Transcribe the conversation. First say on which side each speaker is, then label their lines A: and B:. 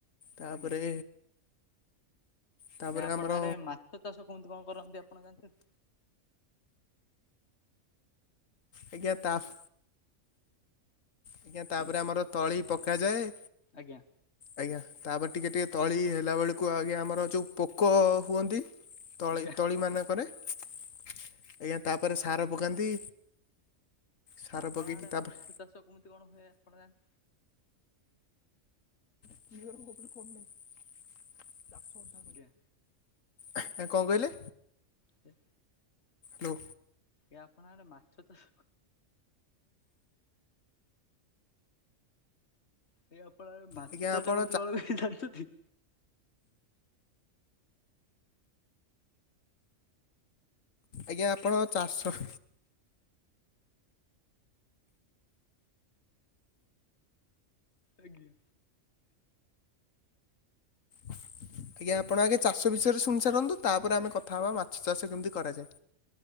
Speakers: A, on the left; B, on the left.
A: ତାପରେ
B: ଆଜ୍ଞା
A: ତାପରେ
B: ଏ ଆପଣଙ୍କ
A: ଆମର
B: ଆଡେ ମାଛ ଚାଷ କମିତି କଁ କରନ୍ତି ଆପଣ ଜାଣିଚନ୍ତି?
A: ଆଜ୍ଞା ତାଫ୍ ଆଜ୍ଞା ତାପରେ
B: ହ୍ୟାଲୋ
A: ଆମର ତଳି ପକାଯାଏ।
B: ଆଜ୍ଞା।
A: ଆଜ୍ଞା ତାପରେ ଟିକେ ଟିକେ ତଳି ହେଲା ବେଳକୁ ଆଜ୍ଞା ଆମର ଯୋଉ ପୋକ ହୁଅନ୍ତି। ତଳି
B: ଆଜ୍ଞା
A: ତଳି ମାନଙ୍କରେ। ଆଜ୍ଞା ତାପରେ ସାର ପକାନ୍ତି। ସାର
B: ଏ ଆପଣ
A: ପକେଇକି
B: ଆଡେ
A: ତାପରେ
B: ମାଛ ଚାଷ କେମିତି କଣ ହୁଏ ଆପଣ ଜାଣି
A: <inaudible>
B: ଆଜ୍ଞା।
A: କଁ କହିଲେ।
B: ହେ।
A: ହ୍ୟାଲୋ।
B: ଏ ଆପଣଙ୍କ ଅଡେ ମାଛ ତ। ଏଇ ଆପଣ ଆଡେ ମାଛ
A: ଆଜ୍ଞା
B: ଚାଷ
A: ଆପଣ
B: କରୁ <inaudible> ଜାଣିଛନ୍ତି।
A: ଆଜ୍ଞା ଆପଣଙ୍କ ଚାସ।
B: ଆଜ୍ଞା।
A: ଆଜ୍ଞା ଆପଣ ଆଗେ ଚାଷ ବିଷୟରେ ଶୁଣି ସାରନ୍ତୁ ତାପରେ ଆମେ
B: ଆଜ୍ଞା
A: କଥା ହେବା ମାଛ ଚାଷ କେମିତି କରାଯାଏ।